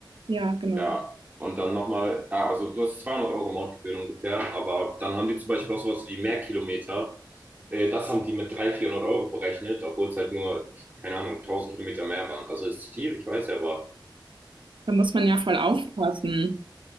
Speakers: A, on the right; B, on the right.
A: ja, genau.
B: Ja, und dann nochmal, ah, also du hast 200 Euro Mountgebühren ungefähr, aber dann haben die zum Beispiel auch sowas wie Mehrkilometer. Äh, Das haben die mit 300, 400 Euro berechnet, obwohl es halt nur, keine Ahnung, tausend Kilometer mehr waren. Also ist viel, ich weiß ja, aber
A: Da muss man ja voll aufpassen.